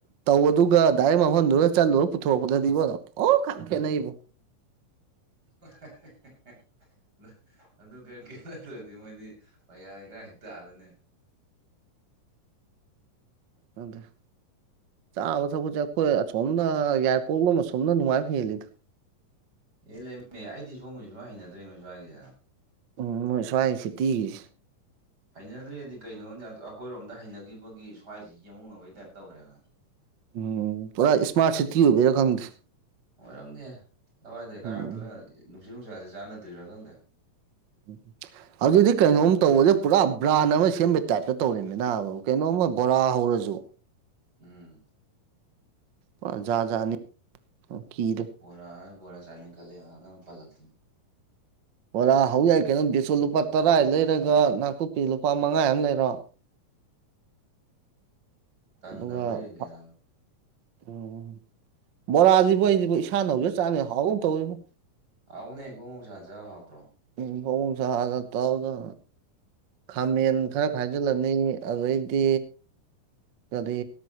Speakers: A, on the right; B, on the right.
A: ꯇꯧꯕꯗꯨꯒ ꯗꯥꯏꯔꯦꯛ ꯃꯐꯝꯗꯨꯒ ꯆꯠꯂꯨꯔ ꯄꯨꯊꯣꯔꯛꯄꯗꯗꯤꯀꯣ ꯑꯣ ꯈ ꯈꯦꯠꯅꯩꯕꯣ
B: <unintelligible> ꯑꯗꯨ ꯀꯩꯀꯦ ꯅꯠꯇ꯭ꯔꯗꯤ ꯃꯣꯏꯗꯤ ꯄꯩꯌꯥꯗꯤ ꯀꯗꯥꯥꯏ ꯇꯥꯜꯂꯅꯤ
A: ꯎꯝꯗ ꯆꯥꯕ ꯊꯛꯄꯁꯦ ꯑꯩꯈꯣꯏ ꯑꯁꯣꯝꯅ ꯌꯥꯏ ꯄꯣꯛꯂꯣ ꯑꯃ ꯑꯁꯣꯝꯅ ꯅꯨꯡꯉꯥꯏꯕ ꯍꯦꯜꯂꯤꯗ
B: ꯑꯦ ꯂꯩꯝꯃꯦ ꯑꯩꯗꯤ ꯁꯣꯝꯕꯁꯨ ꯁꯃꯥꯏ ꯍꯩꯅꯗ꯭ꯔꯦ ꯃꯁꯨ ꯍꯥꯏꯒꯤꯁꯤꯗꯅ
A: ꯎꯝ ꯃꯣꯏ ꯁ꯭ꯋꯥꯏ ꯁꯤꯇꯤꯒꯤ
B: ꯍꯩꯅꯗ꯭ꯔꯦꯗꯤ ꯀꯩꯅꯣꯗꯤ ꯑꯩꯈꯣꯏꯔꯣꯝꯗ ꯍꯩꯅꯈꯤꯕꯒꯤ ꯁ꯭ꯋꯥꯏꯁꯤ ꯌꯦꯃꯨ ꯉꯕꯒꯤ ꯇꯥꯏꯞ ꯇꯧꯔꯦꯕꯅꯦ
A: ꯎꯝ ꯄꯨꯔꯥ ꯏꯁꯃꯥꯔꯠ ꯁꯤꯇꯤ ꯑꯣꯏꯕꯔꯥ ꯈꯪꯗꯦ
B: ꯑꯣꯏꯔꯝꯅꯦ ꯂꯋꯥꯏꯗ ꯀꯥꯔꯛꯇꯅ
A: ꯎꯝ
B: ꯅꯨꯡꯁꯤꯠ ꯅꯨꯡꯁꯁꯤ ꯆꯥꯟꯅꯗ꯭ꯔꯥ ꯈꯪꯗꯦ
A: ꯎꯝ ꯑꯗꯨꯗꯤ ꯀꯩꯅꯣꯝ ꯇꯧꯕꯁꯦ ꯄꯨꯔꯥ ꯕ꯭ꯔꯥꯟ ꯑꯃ ꯁꯦꯝꯕꯩ ꯇꯥꯏꯞꯇ ꯇꯧꯔꯤꯕꯃꯤꯅꯕꯨ ꯀꯩꯅꯣꯝꯃ ꯕꯣꯔꯥ ꯍꯧꯔꯁꯨ
B: ꯎꯝ
A: ꯌꯥꯥꯖꯥꯅꯤ ꯀꯗ
B: ꯕꯣꯔꯥ ꯕꯣꯔꯥ ꯆꯥꯅꯤ ꯈꯜꯂꯦ ꯅꯪꯅ ꯄꯜꯂꯛꯇꯅ
A: ꯕꯣꯔꯥ ꯍꯧ ꯌꯥꯏ ꯀꯩꯅꯣ ꯕꯦꯁꯣ ꯂꯨꯄꯥ ꯇꯔꯥ ꯂꯩꯔꯒ ꯅꯥꯀꯨꯞꯄꯤ ꯂꯨꯄꯥ ꯃꯉꯥ ꯑꯃ ꯂꯩꯔꯣ
B: ꯇꯟꯗꯕ꯭ꯔꯥ
A: ꯑꯗꯨꯒ
B: ꯌꯦꯡꯒꯦ
A: ꯐ
B: ꯍꯥꯏꯕ
A: ꯎꯝ ꯕꯣꯔꯥꯖꯤꯕꯨ ꯑꯩꯖꯤꯕꯨ ꯏꯁꯥꯅ ꯍꯧꯖ ꯆꯥꯕꯖꯤꯅ ꯍꯥꯎꯒꯨꯝ ꯇꯧꯋꯤꯕꯣ
B: ꯍꯥꯎꯕꯅꯦ ꯐꯣꯡ ꯐꯣꯡ ꯁꯥꯅ ꯆꯥꯕ ꯍꯥꯎꯇ꯭ꯔꯣ
A: ꯎꯝ ꯐꯣꯡꯐꯣꯡ ꯁꯥꯒ ꯇꯥꯎꯒ ꯈꯥꯃꯦꯟ ꯈꯔ ꯈꯥꯏꯖꯤꯜꯂꯅꯤ ꯑꯗꯩꯗꯤ ꯑꯗꯤ